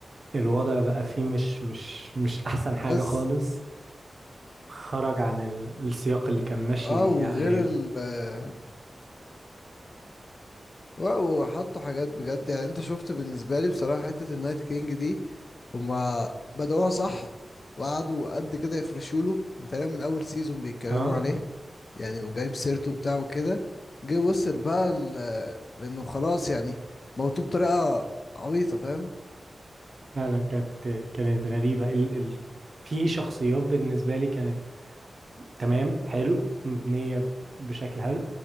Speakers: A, on the right; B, on the left.
A: الوضع بقى فيه مش مش مش احسن
B: بس
A: حاجه خالص خرج عن ال- السياق اللي كان ماشي
B: اه وغير
A: عليه
B: ال آه، لا وحطوا حاجات بجد يعني انت شفت بالنسبة لي بصراحة حتة النايت كينج دي هما بدأوها صح وقعدوا قد كده يفرشوا له بتهيألي من أول سيزون بيتكلموا
A: اه
B: عليه يعني وجايب سيرته بتاعه وكده جه وصل بقى ل- لأنه خلاص يعني موتوه بطريقة عبيطة فاهم
A: فعلا كانت كانت غريبه ال ال في شخصيات بالنسبه لي كانت تمام حلو مبنيه بشكل حلو